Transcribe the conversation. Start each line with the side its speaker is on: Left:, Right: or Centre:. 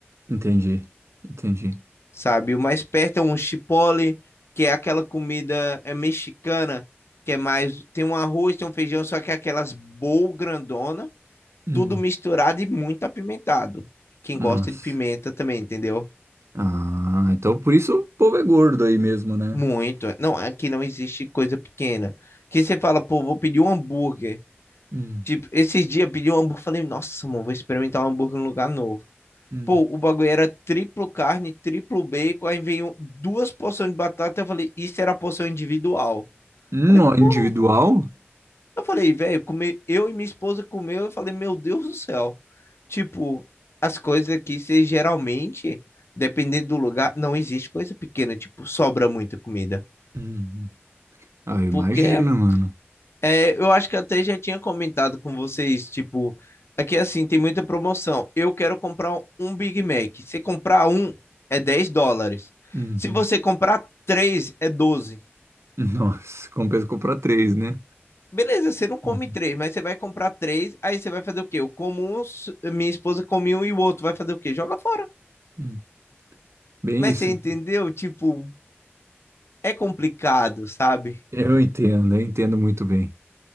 Right: Entendi, entendi.
Left: sabe? O mais perto é um chipotle, que é aquela comida é mexicana, que é mais tem um arroz, tem um feijão, só que é aquelas bowl grandona,
Right: Hum,
Left: tudo misturado e muito apimentado. Quem gosta
Right: Nossa.
Left: de pimenta também, entendeu?
Right: Ah, então por isso o povo é gordo aí mesmo, né?
Left: Muito. Não, aqui não existe coisa pequena. Que você fala, pô, vou pedir um hambúrguer.
Right: Hum,
Left: Tipo, esses dias pedi um hambúrguer, falei, nossa, mano, vou experimentar um hambúrguer num lugar novo.
Right: hum.
Left: Pô, o bagulho era triplo carne, triplo bacon, aí veio duas porções de batata, eu falei, isso era a porção individual.
Right: No
Left: Falei, pô,
Right: individual?
Left: eu falei, velho, come... eu e minha esposa comeu, eu falei, meu Deus do céu. Tipo, as coisas aqui, você geralmente, dependendo do lugar, não existe coisa pequena, tipo, sobra muita comida.
Right: Uhum. Ah, eu imagino,
Left: Porque
Right: mano.
Left: É, eu acho que até já tinha comentado com vocês, tipo, aqui assim, tem muita promoção. Eu quero comprar um Big Mac. Se comprar um, é 10 dólares.
Right: Uhum.
Left: Se você comprar três, é 12.
Right: Nossa, compensa comprar três, né?
Left: Beleza, você não come
Right: Uhum,
Left: três, mas você vai comprar três, aí você vai fazer o quê? Eu como um, s- minha esposa come um e o outro vai fazer o quê? Joga fora.
Right: uhum. Bem
Left: Mas
Right: isso.
Left: você entendeu? Tipo, é complicado, sabe?
Right: Eu entendo, eu entendo muito bem.